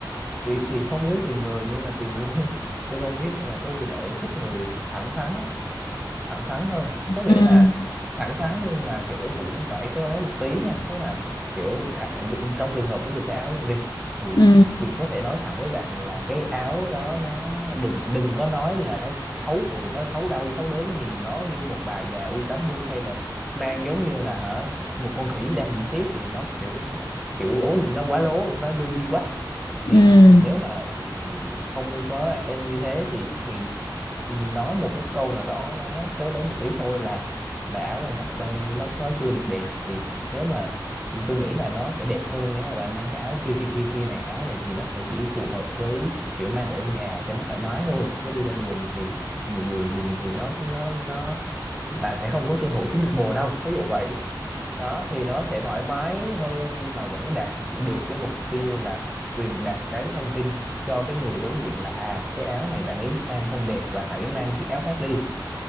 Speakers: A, in the centre; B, on the left.
A: thì, thì không biết tùy người nhưng mà tùy gu <laughs> tôi không biết nhưng mà tôi thì lại thích người thẳng thắn thẳng thắn hơn có nghĩa
B: ừ
A: là thẳng thắn nhưng mà kiểu cũng phải khéo léo một tí nha tức là kiểu thà- vì trong trường hợp ví dụ cái áo luôn đi thì
B: ừ
A: thì có thể nói thẳng với bạn là cái áo đó nó đừng đừng có nói là nó xấu ủi nó xấu đâu xấu đớn nhìn nó như một bà già u tám mươi hay là mang giống như là hả một con khỉ đang diễn xiếc thì nó kiểu nó kiểu ố gì nó quá lố nó vô duyên quá thì
B: ừ
A: thì nếu mà không có như thế thì thì nói một cái câu nào đó nó khéo léo một tí thôi là là áo này nó đang nó nó chưa được đẹp thì nếu mà tôi nghĩ là nó sẽ đẹp hơn nếu mà bạn mang cái áo kia kia kia kia này áo này thì nó sẽ chỉ phù hợp với kiểu mang ở nhà cho nó thoải mái thôi chứ đi ra đường thì nhiều người nhìn thì nó nó nó bà sẽ không có cơ hội kiếm được bồ đâu ví dụ vậy đó thì nó sẽ thoải mái hơn nhưng mà vẫn đạt được cái mục tiêu là truyền đạt cái thông tin cho cái người đối diện là à cái áo này bạn ấy mang không đẹp và hãy mang chiếc áo khác đi